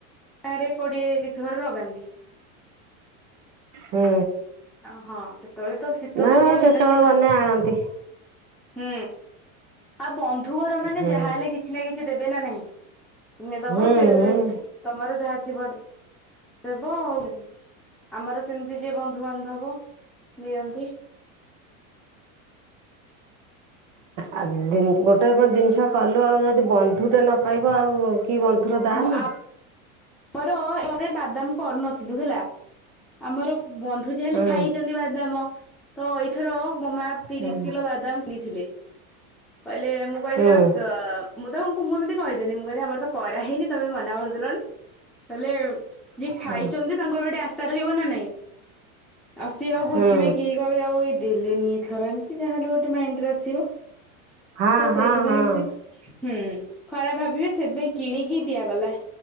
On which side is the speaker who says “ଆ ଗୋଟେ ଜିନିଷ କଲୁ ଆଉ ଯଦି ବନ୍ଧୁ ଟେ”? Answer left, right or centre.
Right